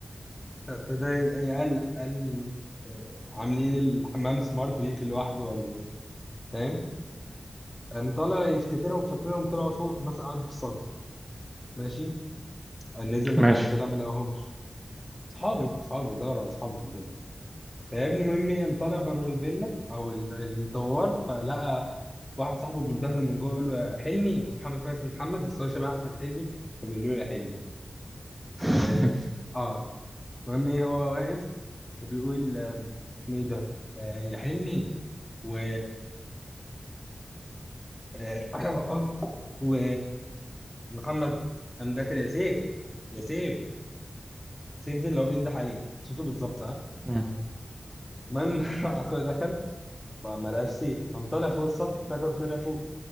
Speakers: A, on the left (about 20°); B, on the right (about 20°).
A: فابتدى يقلق قال آه، عاملين الحمام سمارت بيقفل لوحده ولا ايه فاهم قام طالع يفتكرهم فاكرهم طلعوا فوق مثلا قعدوا في السطح ماشي قام نزل ما-
B: ماشي
A: طلع ما لقاهمش صحابه صحابه دور على اصحابه في الفيلا فيا ابني مهم قام طالع بره الفيلا او ال- الدوار فلقى واحد صاحبه بيندهله من جوه يقول له يا حلمي ومحمد كويس من محمد بس هو شبه احمد حلمي فبيقول له يا حلمي
B: <laughs>
A: اه آه. المهم ايه هو واقف فبيقول آه، اسمه ايه ده آه يا حلمي و آه <coughs> <clears throat> و محمد قام داخل يا سيف يا سيف سيف ده اللي هو بينده عليه صوته بالظبط ها
B: مم.
A: المهم <laughs> اخويا دخل ما ما لقاش سيف قام طالع فوق السطح افتكر طلع فوق